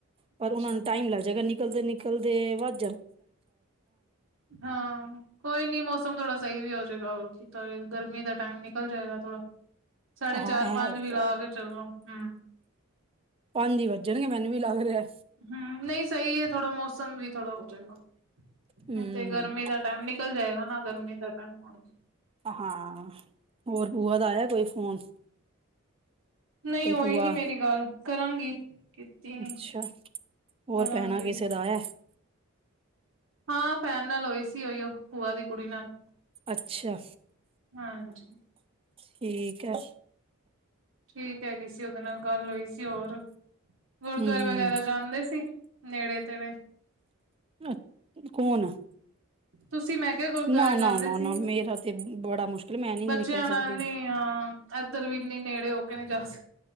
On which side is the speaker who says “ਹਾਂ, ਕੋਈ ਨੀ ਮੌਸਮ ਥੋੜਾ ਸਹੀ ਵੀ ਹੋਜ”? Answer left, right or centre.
Right